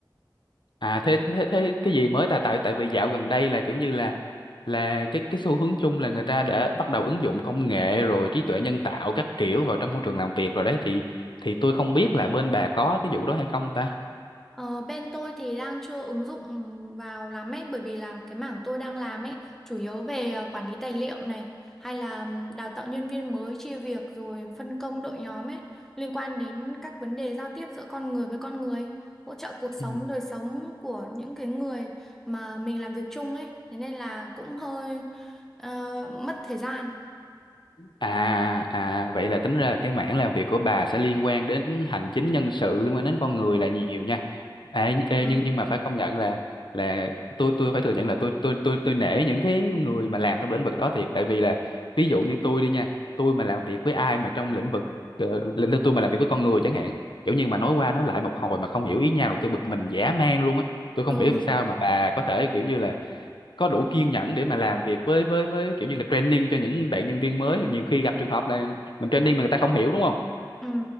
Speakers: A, on the left; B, in the centre.
A: À thế, thế thế thế cái gì mới tại tại tại vì dạo gần đây là kiểu như là là cái cái xu hướng chung là người ta đã bắt đầu ứng dụng công nghệ rồi trí tuệ nhân tạo các kiểu vào trong môi trường làm việc rồi đấy thì thì tôi không biết là bên bà có cái vụ đó hay không ta.
B: Ờ, bên tôi thì đang chưa ứng dụng vào lắm ấy bởi vì là cái mảng tôi đang làm ấy chủ yếu về ờ, quản lý tài liệu này hay là ừm, đào tạo nhân viên mới chia việc rồi phân công đội nhóm ấy liên quan đến các vấn đề giao tiếp giữa con người với con người hỗ trợ cuộc sống
A: Ừ.
B: đời sống của những cái người mà mình làm việc chung ấy thế nên là cũng hơi ờ, mất thời gian.
A: À à vậy là tính ra là cái mảng làm việc của bà sẽ liên quan đến hành chính nhân sự liên quan đến con người là nhiều nha. Ê, ê,
B: Ừ.
A: nhưng nhưng mà phải công nhận là là tôi tôi phải thừa nhận là tôi tôi tôi tôi nể những cái người mà làm trong lĩnh vực đó thiệt tại vì là ví dụ như tôi đi nha, tôi mà làm việc với ai mà trong lĩnh vực ờ, lĩnh vực tôi mà làm việc với con người chẳng hạn, kiểu như mà nói qua nói lại một hồi mà không hiểu ý nhau rồi tôi bực mình dã man luôn á. Tôi không
B: Ừ.
A: hiểu làm sao mà bà có thể kiểu như là có đủ kiên nhẫn để mà làm việc với với với kiểu như là training cho những bạn nhân viên mới nhiều khi gặp trường hợp là mình training mà người ta không hiểu đúng không
B: Ừ.